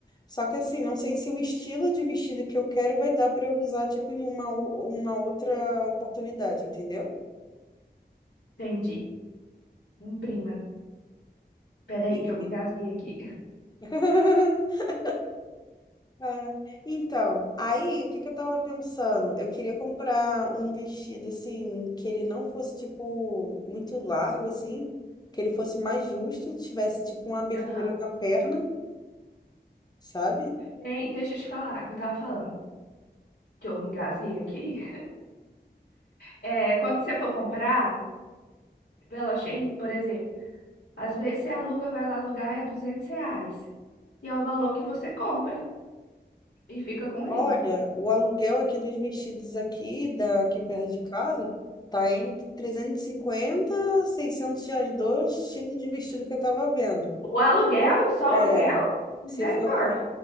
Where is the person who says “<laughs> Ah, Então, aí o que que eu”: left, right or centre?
Left